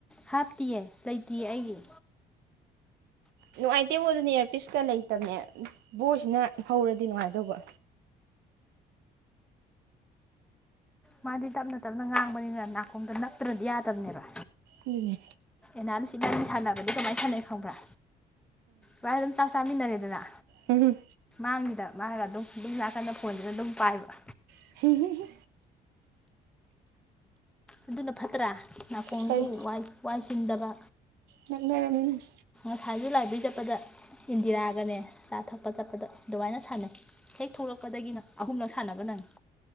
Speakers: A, in the centre; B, on the right.
A: ꯍꯥꯞꯇꯤꯌꯦ ꯂꯩꯇꯤꯌꯦ ꯑꯩꯒꯤ꯫
B: ꯅꯨꯡꯉꯥꯏꯇꯦꯕꯣ ꯑꯗꯨꯅꯦ ꯏꯌ꯭ꯔꯄꯤꯁꯀ ꯂꯩꯇꯕꯅꯦ ꯕꯣꯏꯁꯤꯅ ꯍꯧꯔꯗꯤ ꯅꯨꯡꯉꯥꯏꯗꯧꯕ꯫
A: ꯃꯥꯗꯤ ꯇꯞꯅ ꯇꯞꯅ ꯉꯥꯡꯕꯅꯤꯅ ꯅꯥꯀꯣꯡꯗ ꯅꯞꯇ꯭ꯔꯗꯤ ꯌꯥꯗꯕꯅꯦꯕ꯫
B: ꯑꯗꯨꯅꯦ꯫
A: ꯅꯥꯜꯁ ꯏꯕꯥꯅꯤ ꯁꯥꯟꯅꯕꯗꯤ ꯀꯃꯥꯏꯅ ꯁꯥꯟꯅꯩ ꯈꯪꯕ꯭ꯔꯥ꯫ ꯋꯥꯏ ꯑꯗꯨꯝ ꯆꯥ ꯆꯥꯃꯤꯟꯅꯔꯦꯗꯅ꯫
B: ꯎꯝ꯫
A: ꯑꯉꯥꯡꯁꯤꯗ ꯃꯥꯒ ꯑꯗꯨꯝ ꯑꯗꯨꯝ ꯅꯥꯀꯥꯟꯗ ꯐꯣꯟꯁꯤꯗ ꯑꯗꯨꯝ ꯄꯥꯏꯕ꯫
B: ꯎꯝ
A: ꯑꯗꯨꯅ ꯐꯠꯇ꯭ꯔꯥ꯫ ꯅꯥꯀꯣꯡꯖꯨ
B: ꯐꯩ
A: ꯋꯥꯏ ꯋꯥꯏꯆꯤꯟꯗꯕ꯫
B: ꯅꯛꯅꯔꯝꯅꯤꯅ꯫
A: ꯅꯍꯥꯟꯁꯨ ꯂꯥꯏꯕ꯭ꯔꯦꯔꯤ ꯆꯠꯄꯗ ꯏꯟꯗꯤꯔꯥꯒꯅꯦ ꯆꯥ ꯊꯛꯄ ꯆꯠꯄꯗ ꯑꯗꯨꯃꯥꯏꯅ ꯁꯥꯟꯅꯩ ꯍꯦꯛ ꯊꯣꯛꯂꯛꯄꯗꯒꯤꯅ ꯑꯍꯨꯝꯂꯛ ꯁꯥꯟꯅꯕ ꯅꯪꯉꯤ